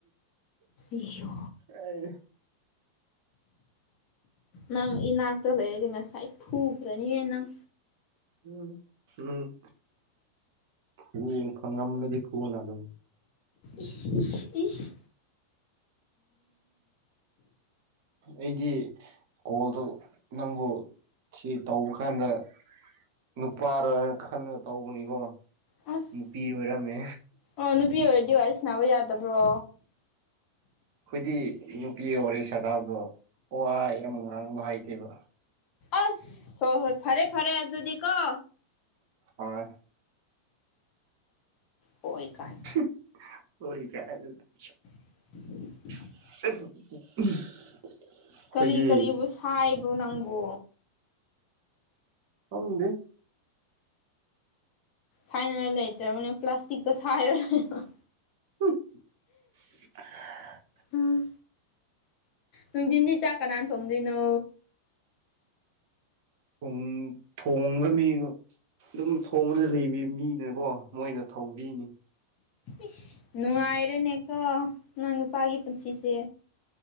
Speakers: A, on the left; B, on the right.
A: ꯏꯌꯣ
B: ꯑꯩ
A: ꯅꯪ ꯏꯅꯥꯛꯇ ꯂꯩꯔꯗꯤ ꯉꯁꯥꯏ ꯐꯨꯈ꯭ꯔꯅꯤꯍꯦ ꯅꯪ
B: ꯎꯝ ꯎꯝ ꯉꯝꯔꯗꯤ ꯐꯨꯑꯣꯅ ꯑꯗꯨ
A: ꯏꯁ ꯏꯁ ꯏꯁ
B: ꯑꯩꯗꯤ ꯀꯣꯜꯗꯨ ꯅꯪꯕꯨ ꯁꯤ ꯇꯧꯕ ꯀꯥꯟꯗ ꯅꯨꯄꯥꯔ ꯍꯥꯏꯅ ꯈꯟꯂꯒ ꯇꯧꯕꯅꯤꯀꯣ
A: ꯑꯁ
B: ꯅꯨꯄꯤ ꯑꯣꯏꯔꯝꯃꯦ
A: ꯑꯣ ꯅꯨꯄꯤ ꯑꯣꯏꯔꯗꯤ ꯋꯥꯔꯤ ꯁꯥꯅꯕ ꯌꯥꯗꯕ꯭ꯔꯣ
B: ꯈꯣꯏꯗꯤ ꯅꯨꯄꯤꯒ ꯋꯥꯔꯤ ꯁꯥꯗꯕꯔꯣ ꯋꯥ ꯌꯥꯝ ꯉꯥꯡꯕ ꯍꯩꯇꯦꯕ
A: ꯑꯁ ꯍꯣꯏ ꯍꯣꯏ ꯐꯔꯦ ꯐꯔꯦ ꯑꯗꯨꯗꯤ ꯀꯣ
B: ꯍꯣꯏ
A: ꯍꯣꯏ ꯀꯥꯏ
B: <unintelligible>
A: <inaudible>
B: <unintelligible> ꯑꯩꯈꯣꯏꯒꯤ
A: ꯀꯔꯤ ꯀꯔꯤꯕꯨ ꯁꯥꯏꯕ꯭ꯔꯣ ꯅꯪꯕꯨ
B: ꯈꯪꯗꯦ
A: ꯁꯥꯏꯅꯤꯡꯉꯥꯏ ꯂꯩꯇ꯭ꯔꯕꯅꯤ ꯄ꯭ꯂꯥꯁꯇꯤꯛꯇꯣ ꯁꯥꯏꯔ ꯂꯩꯌꯣ
B: <unintelligible>
A: ꯎꯝ ꯅꯨꯡꯗꯤꯟꯗꯤ ꯆꯥꯛ ꯀꯅꯥ ꯊꯣꯡꯗꯣꯏꯅꯣ
B: ꯄꯨꯡ ꯊꯣꯡꯕ ꯃꯤꯗꯣ ꯗꯨꯝ ꯊꯣꯡꯕꯗ ꯂꯩꯕꯤ ꯃꯤꯅꯀꯣ ꯃꯣꯏꯅ ꯊꯣꯡꯕꯤꯅꯤ
A: ꯏꯁ ꯅꯨꯡꯉꯥꯏꯔꯦꯅꯦꯀꯣ ꯅꯪ ꯅꯨꯄꯥꯒꯤ ꯄꯨꯟꯁꯤꯁꯦ